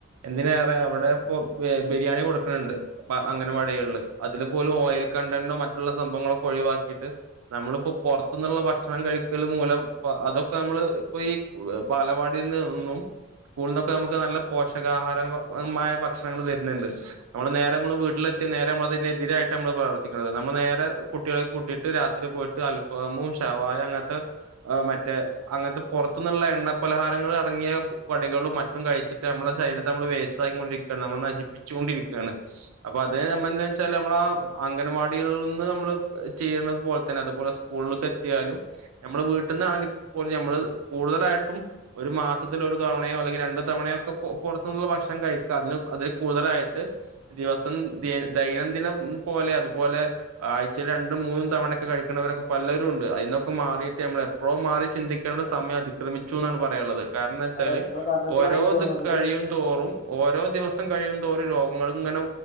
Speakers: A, on the right; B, on the left.
A: എന്തിനേറെ അവടെ ഇപ്പൊ എഹ് ബിരിയാണി കൊടുക്ക്ണ് ണ്ട്. ബ അഗണവാടിഗള്ല് അതില് പോലും ഓയിൽ കണ്ടന്റോ മറ്റുള്ള സംഭവങ്ങളൊക്കെ ഒഴിവാക്കിയിട്ട് ന്നമ്മളിപ്പോ പൊർത്ത്ന്നുള്ള ഭക്ഷണം കഴിക്കൽ മൂലം പ അതൊക്കെ അമ്മള് ഇപ്പൊ ഈ ബാലവാടി ന്ന്ന്നും സ്കൂള്ന്നൊക്കെ ന്നമുക്ക് ന്നല്ല പോഷകാഹാരമായ ഭക്ഷണങ്ങൾ തെര്ന്ന്ണ്ട്. ന്നമ്മള് നേരെ ന്നമ്മള് വീട്ടിലെത്തിയ നേരെ ന്നമ്മള് അതിനെതിരായിട്ട ന്നമ്മള് പ്രവർത്തിക്കുന്നത് ന്നമ്മൾ നേരെ കുട്ട് കുട്ട്യാളെ കൂട്ടിയിട്ട് രാത്രി പോയിട്ട് അൽഫാമും ശവായ അങ്ങനത്തെ മറ്റേ അങ്ങനത്തെ പുറത്തുന്നുള്ള എണ്ണ പലഹാരങ്ങൾ അടങ്ങിയ പടികളും മറ്റ കഴിച്ചിട്ട് നമ്മുടെ ശരീരത്തെ നമ്മള് വേസ്റ്റ് ക്കിക്കൊണ്ടിരിക്കുകയാണ് നമ്മ നശിപ്പിച്ചുൊണ്ടിരിക്കുവാണ് അപ്പൊ അത് നമ്മ എന്താ വെച്ചാല് നമ്മള ആ അംഗൻവാടികളിൽ നിന്ന് നമ്മള് ചെയ്യണുന്നത് പോലെ തന്നെ അതുപോലെ സ്കൂളിലക്ക് എത്തിയാലും നമ്മള് വീട്ടിൽന്നാണെങ്കിൽ പോലും നഞമ്മള് കൂടുതലായിട്ടും ഒരു മാസത്തിൽ ഒരു തവണയോ അല്ലെങ്കിൽ രണ്ടു തവണയോ ഒക്കെ പുറത്തു നിന്നുള്ള ഭക്ഷണം കഴിക്കുക അതിന് അതിൽ കൂടുതലായിട്ട് ദിവസം നേ ദൈനംദിനം പോലെ അതുപോലെ ആഴ്ച രണ്ടും മൂന്നും തവണയൊക്കെ കഴിക്കണവരൊക്കെ പലരും ഉണ്ട് അതിൽന്നൊക്കെ മാറിയിട്ട് നമ്മള എപ്പോഴും മാറി ചിന്തിക്കേണ്ട സമയം അതിക്രമിച്ചു എന്നാണ് പറയാനുള്ളത് കാരണം വെച്ചാല്
B: അതെ അതെ ഇങ്ങള് പറഞ്ഞപ്പളാണ്
A: ഓരോത്
B: എനിക്ക് ഓർമ്മ വന്നത്
A: കഴിയും തോറും ഓരോ ദിവസം കഴിയ തോറും രോഗങ്ങൾ ഇങ്ങനെ